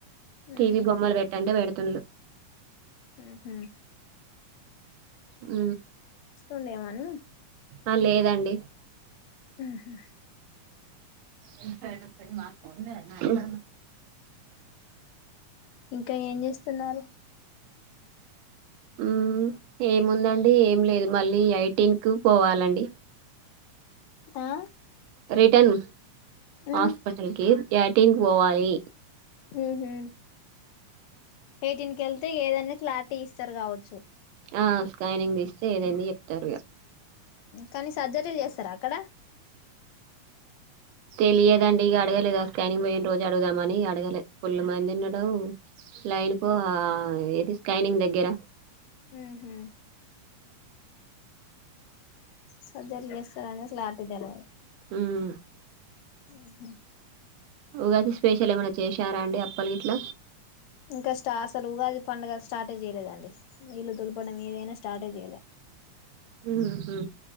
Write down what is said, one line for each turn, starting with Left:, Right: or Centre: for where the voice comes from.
Right: టీవీ
Left: ఉహు
Right: బొమ్మలు పెట్టంటే పెడతలే తల్ల
Left: అహ
Right: అ
Left: ఉండేవాను
Right: ఆ లేదండి
Left: ఆహ
Right: ఉమ్
Left: ఇంకా ఏం చేస్తున్నారు
Right: ఉమ్ ఏముందండి ఏం లేదు మళ్ళీ ఐటీన్కు పోవాలండి
Left: ఆ
Right: రిటర్న్
Left: ఉ
Right: హాస్పిటల్ కి యాతనికి పోవాలి
Left: ఉహు హు ఎయిటన్ కి వెళ్తే ఏదనా క్లారిటీ ఇస్తారు కావచ్చు
Right: ఆ స్కానింగ్ తీస్తే ఏదైంది చెప్తాారు
Left: కానీ సర్జరీలు చేస్తారా అక్కడ
Right: తెలియదండి ఇక అడగలేదుా స్కానింగ్ పోయిన రోజు అడుగుామని అడగలేదు ఫుళ మంది ఉండడు లైనకో ఏది స్కైనింగ్ దగ్గర
Left: ఉహు సర్జరీ చేస్తారనే క్లారిటీ తెల్వదు
Right: మ్మ్
Left: ఆ
Right: ఉగాకి స్పెషల్ ఏమైన్నా చేశారా అండి అప్పలి గిట్ల
Left: ఇంకా స్ట అసలు ఉగాది పండుగ స్టార్టే చేయలేదండి ఇల్లు దులుపడం ఏదైనా స్టార్టే చేయలే
Right: ఉహ్ హు